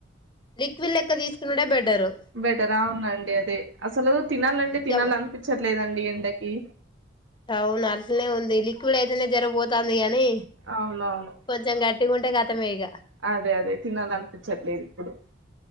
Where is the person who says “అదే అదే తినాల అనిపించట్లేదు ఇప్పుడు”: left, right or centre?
Right